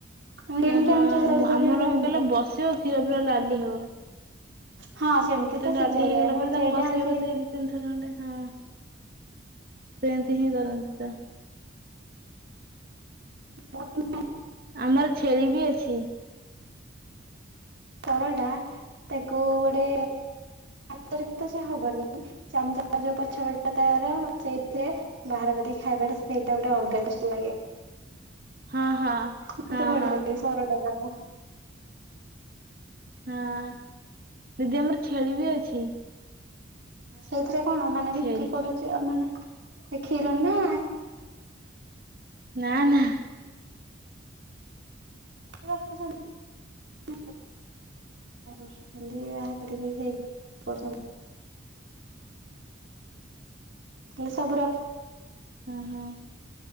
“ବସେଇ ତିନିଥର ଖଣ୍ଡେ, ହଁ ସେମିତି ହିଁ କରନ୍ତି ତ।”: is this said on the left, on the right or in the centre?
Right